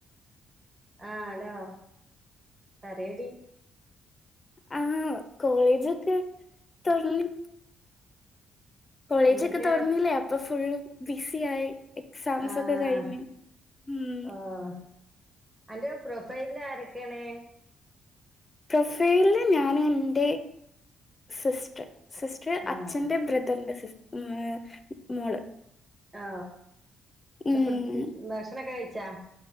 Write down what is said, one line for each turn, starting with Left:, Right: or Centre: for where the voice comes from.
Right: ആ ലോ? പറയടി.
Left: ആ കോളേജൊക്കെ <unintelligible> കോളേജോക്കെ
Right: എന്തൊക്കെ
Left: തൊറന്നില്ലേ അപ്പൊ ഫുള്ളും ബി സിയായി എക്സാംസൊക്കെ
Right: ആഹ്
Left: കഴിഞ്ഞ് ഉം
Right: ഓഹ് അന്റെ പ്രൊഫൈല് ആരൊക്കെയാണ്?
Left: പ്രൊഫൈല് ഞാന് എന്റെ സിസ്റ്റർ സിസ്റ്റർ
Right: ആഹ്
Left: അച്ഛന്റെ ബ്രദറിന്റെ സിസ്റ്റർ. മ് മോള്.
Right: ആ
Left: ഉം.
Right: ഫുട് ഭക്ഷണക്കെ കഴിച്ചാ?